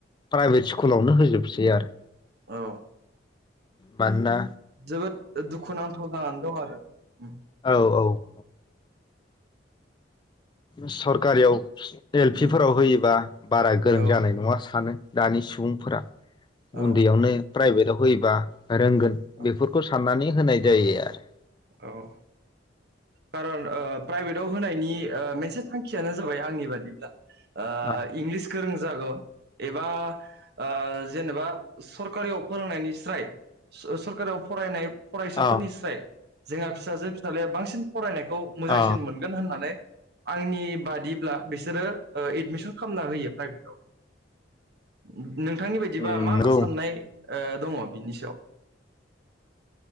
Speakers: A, on the left; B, on the right.
A: प्राइभेट स्कुलावनो होजोबसै आरो
B: औ
A: बदा
B: जोबोद दुख दुखुनांथाव जानानै दं आरो ओ
A: औ औ सरकारियाव एल पि
B: उम
A: फोराव होयोबा बारा गोरों
B: औ
A: जानाय नङा सानो दानि सुबुंफोरा
B: औ
A: हदियावनो प्राइभेट फयबा रोंगोन
B: औ
A: बेफोरखौ साननानै नाय जायो आरो
B: औ खारन ओ प्राइभेटाव होनायनि ओ मोनसे थांखियानो जाबाय आंनि बादिब्ला ओ
A: आरो
B: इंलिस गोरों जागोन एबा ओ जेनेबा सरकारियाव फोरोंनायनि स्राय स सरकारियाव फरायनाय फरायसाफोरनि
A: अ
B: स्राय जोंहा फिसाजो फिसाजाया बांसिन फरायनायखौ मोजांसिन
A: अ
B: मोनगोन होननानै आंनि बादिब्ला बिसोरो एडमिसन खालामना होयो प्राइभेटआव नोंथांनि बायदिबा
A: नंगौ
B: मा साननाय ओ दङ बिनि सायाव